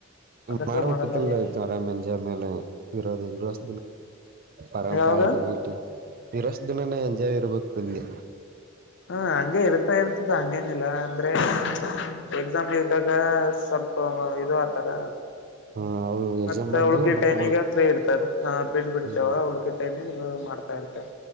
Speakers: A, on the left; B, on the right.
A: ಅದಕ್ಕೆ
B: ಮಾಡ್ಬೇಕಿತ್ತಲ್ಲ
A: ಮಾಡಲ್ಲಗ್ಯಾರ
B: ಆರಾಮ ಮೇಲೆ ಇ ಇ ವಷ ಪರ
A: ಯಾವಾಗ
B: ಪಳಿಟ್ಟ <unintelligible> ಇರೋಷ್ಟ ದಿನಾನೇ ಎಂಜಾಯ್ ಇರ್ಬೇಕು ಇಲ್ಲಿ
A: ಹ್ಮ ಹಂಗೆ ಇರ್ತಾ ಇರ್ತದ ಹಂಗೇನಿಲ್ಲಾ ಅಂದ್ರೆ
B: <inaudible>
A: ಎಕ್ಸಾಮ್ ಇದ್ದಾಗ ಸ್ವಲ್ಪ ಇದು ಆತಾರ
B: ಹ ಅವ್ರು ಎಕ್ಸಾಮ್
A: ಮತ್ತ
B: ಬಂದಲ್ಲ
A: ಉಳಿಕೆ
B: ಬಿಟ್ಟ
A: ಟೈಮಿಗ
B: ಬಿಡು
A: ಇರ್ತದ ಹ ಬಿಡ್ ಬಿಡ್ತೇವಾಗ
B: ಹ್ಮ್
A: ಉಳಿಕೆ ಟೈಮಿ ಮಾಡ್ತಾ ಇರ್ತೆವೆ